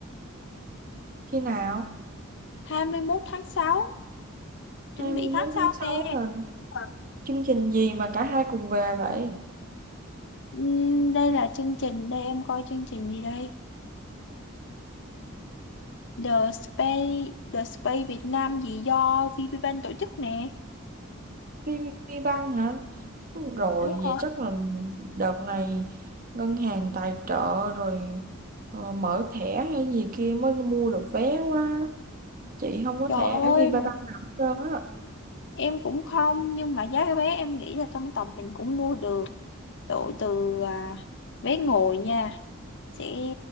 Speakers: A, on the right; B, on the left.
A: khi nào
B: 21 tháng 6, chuẩn
A: 21
B: bị tháng sau
A: tháng 6
B: nè.
A: là
B: Ờ.
A: chương trình gì mà cả hai cùng về vậy
B: Ừm, Đây là chương trình, đây em coi chương trình gì đây? The Space, The Space Việt Nam gì do VPBank tổ chức nè.
A: VPBank băng hả rồi
B: Đúng
A: vậy
B: rồi.
A: chắc là đợt này ngân hàng tài trợ rồi ờ, mở thẻ hay gì kia mới mua được vé quá chị không có
B: Trời
A: thẻ VPBank
B: ơi, một
A: nào hết trơn á
B: em cũng không, nhưng mà giá vé em nghĩ là trong tầm mình cũng mua được. Độ từ à, vé ngồi nha, sẽ